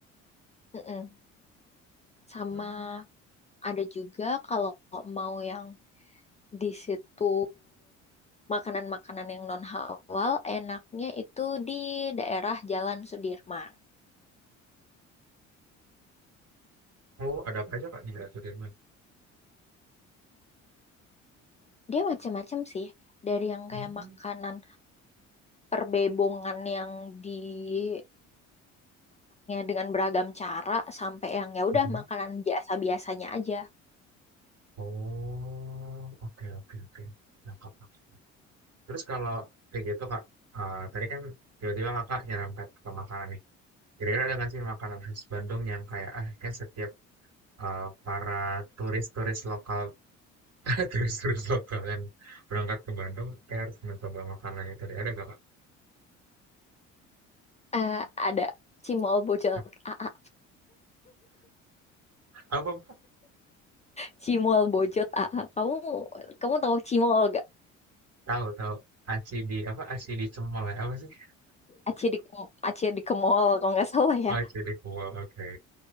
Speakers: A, on the left (about 20°); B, on the right (about 40°).
A: mm-mm. Sama
B: Hmm.
A: ada juga kalau mau yang di situ makanan-makanan yang non halal, enaknya itu di daerah Jalan Sudirman.
B: Oh, ada apa aja, Kak, di Jalan Sudirman?
A: Dia macam-macam sih, dari yang
B: Mhm.
A: kayak makanan perbebongan yang dimasaknya dengan beragam cara sampai yang ya udah
B: Mhm.
A: makanan biasa-biasanya aja.
B: Oh, oke oke oke. Nangkap, nangkap. Terus kalau kayak gitu, Kak, eee, tadi kan tiba-tiba Kakak nyerempet ke makanan nih. Kira-kira ada nggak sih makanan khas Bandung yang kayak, ah, kayak setiap, eee, para turis-turis lokal <laughs> turis-turis lokal bakalan berangkat ke Bandung, saya harus mencoba makanan itu deh. Ada nggak, Kak?
A: Eh, ada Cimol Bojot
B: Nah,
A: a a
B: Apa,
A: Cimol Bojot a a Kamu kamu tahu Cimol gak?
B: Tahu, tahu. Aci di apa? Aci di cemol ya? Apa sih?
A: Aci di Aci di Kemol kalau nggak salah
B: Oh,
A: ya.
B: aci di kuah. Oke.